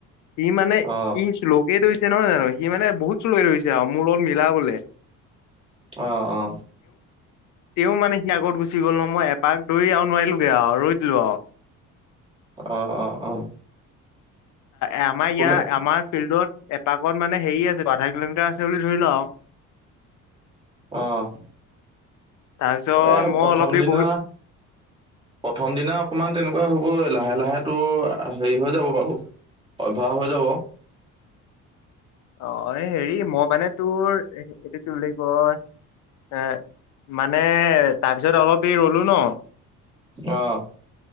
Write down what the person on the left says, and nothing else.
সি মানে
সি শ্লোক সিয়ে দৌৰিছে নহয় জানো সি মানে বহুত শ্লো দৌৰিছে আৰু মোৰ লগত মিলা বোলে।
তেওঁ মানে সি আগত গুচি গ'ল ন, মই এপাক দৌৰি আৰু নোৱাৰিলোগে আৰু ৰৈ দিলো আৰু।
আমাৰ
ইয়াত আমাৰ ফিল্ডত এপাকত মানে হেৰি আছে আধা কিলোমিটাৰ আছে। বুলি ধৰি ল‌ আউ।
তাৰপিছত
মই
অলপ দেৰি
বহি
অ' এই হেৰি মই মানে তোৰ এইটো কি বুলি কয় এ মানে তাৰপিছত অলপ দেৰি ৰ'লো ন